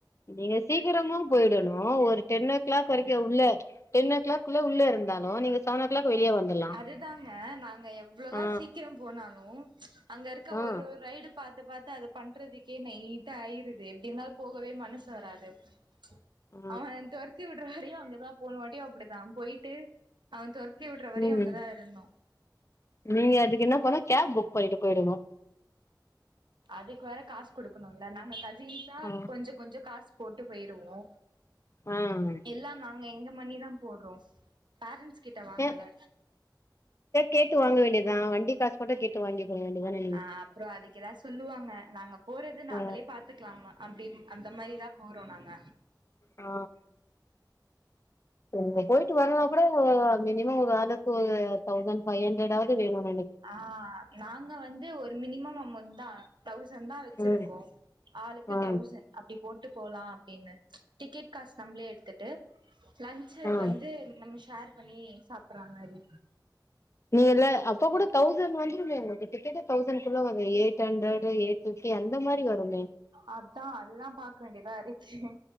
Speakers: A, on the left; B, on the right.
A: நீங்க சீக்கிரமா போயிடணு ஒரு டென் ஓ கிளாக் வரைக்கு உள்ள டென் ஓ கிளாக் குள்ள உள்ள இருந்தாலு நீங்க செவன்னோ கிளாக் வெளிய வந்துர்லா
B: அதுதாங்க நாங்க எவ்வளோதா
A: ஆ
B: சீக்கிரம் போனாலு அங்க இருக்க
A: ஆ
B: ஒரு ரைடு பாத்து பாத்து அத பண்றதுக்கே நைடா ஆயிருது எப்படினாலு போகவே மனசு வராது ச்
A: ஆ
B: அவன் துறத்தி விடுற வறயு அங்கதா போனு போன வாட்டியு அப்படிதா போயிட்டு அவன் துரத்தி விடுற
A: ம்
B: அவங்தா இருந்தோ
A: நீங்க அதுக்கு என்ன பன்னம் கேப் புக் பண்ணிட்டு போயிடனு
B: அதுக்கு வேற காசு கொடுக்கணும்ல நாங்க கசின்ஸா
A: ஆ
B: கொஞ்ச கொஞ்ச காசு போட்டு போயிருவோ
A: ம்
B: இல்ல நாங்க எங்க மணிதா போடுறோ பேரன்ஸ் கிட்ட வாங்கல
A: ஏ கேட்டு வாங்க வேண்டியதுதா வண்டி காசு போட்டு கேட்டு வாங்கி கொள்ள வேண்டியதானே
B: ஆ அப்புறம் அதுக்கு ஏதாவது சொல்லுவாங்க நாங்க போறத
A: ஆ
B: நாங்களே பாத் துக்கலாமா அப்படி அந்த மாதிரிதா போறோ நாங்க
A: ஆ நீங்க போயிட்டு வரனனா கூட மினிமம் ஒரு ஆளுக்கு ஒரு தௌசண்ட் ஃபைவ் ஹண்ட்ரடாவது வேணும்
B: ஆ நாங்க வந்து ஒரு மினிமம் அமௌண்ட் தான் தௌசண்ட் தான் வச்சிருக்கோம்
A: ம்
B: ஆளுக்கு
A: ஆ
B: தௌசண்ட் அப்டி போட்டு போலாம் அப்படின்னு டிக்கெட் காசு நம்மளே எடுத்துட்டு லன்ச் சச்சு
A: ஆ
B: வந்து நம்ம ஷர் பண்ணி சாப்பற மாதிரி
A: நீ எல்ல அப்ப கூட தௌசண்ட் வந்துருமே உங்களுக்கு டிக்கெட்டே தௌசண்ட்குள்ள வரும் எயிட் ஹண்ட்ரடு எய் ப்பிப்டி அந்த மாதிரி வரும்மே
B: அதான் அதுதான் பாக்க வேண்டியதான் இருக்கு